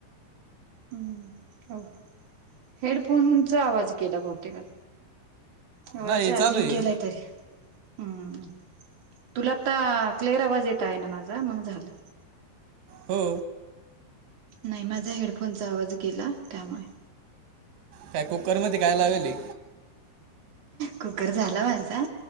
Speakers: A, on the right (about 50°); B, on the right (about 80°).
A: हम्म हो हेडफोनचा आवाज गेला बहतेकात एवढं
B: नाही
A: चार्जिंग
B: चालू आहे
A: केलंय तरी हम्म तुला आता क्लिअर आवाज येत आहे ना माझा मग झालं.
B: हो.
A: नाही माझा हेडफोनचा आवाज गेला त्यामुळे
B: काय कुकरमध्येती काय लावेल.
A: कुकर झाला माझा